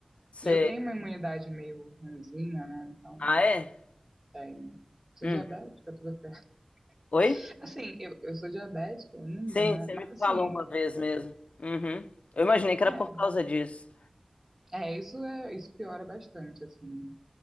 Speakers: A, on the left; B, on the right.
A: você.
B: E eu tenho uma imunidade meio ruinzinha, né? Então,
A: Ah, é?
B: tenho. Sou
A: Hum.
B: diabética, toda ferrada.
A: Oi?
B: <laughs> Assim, eu, eu sou diabética ainda,
A: Sim,
B: né?
A: você
B: Mas,
A: me
B: assim,
A: falou uma vez mesmo. Uhum. Eu imaginei que era
B: é,
A: por causa disso.
B: é, isso é, isso piora bastante, assim.